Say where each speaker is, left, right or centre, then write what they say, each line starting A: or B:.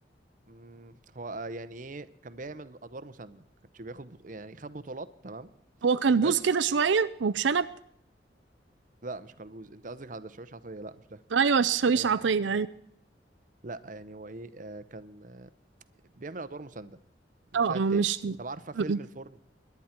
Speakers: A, on the right; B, on the right.
A: أمم، هو آه، يعني ايه كان بيعمل ادوار مسانده كانش بياخد بط... يعني خد بطولات تمام
B: هو كلبوز
A: بس
B: كده شوية وبشنب
A: لا مش كلبوز انت قصدك على الشاويش عطيه لا مش ده
B: أيوة الشاويش
A: آه
B: عطية أيوة
A: لا يعني هو ايه آه كان آه، بيعمل ادوار مسانده مساعد
B: اه اه
A: تاني
B: مش م-
A: طب عارفه فيلم
B: م.
A: الفرن